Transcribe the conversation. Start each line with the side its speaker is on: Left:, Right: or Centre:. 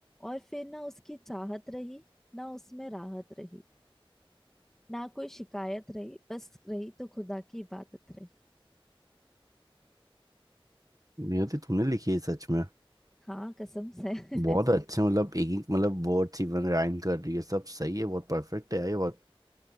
Centre: और फिर ना उसकी चाहत रही ना उसमें राहत रही ना कोई शिकायत रही बस रही तो खुदा की इबादत रही
Right: नियति तूने लिखी है सच में
Centre: हाँ कसम से <laughs>
Right: बहुत अच्छे मतलब एक एक मतलब वर्ड इवन राइम कर रही है सब सही है बहुत परफेक्ट है ये बहुत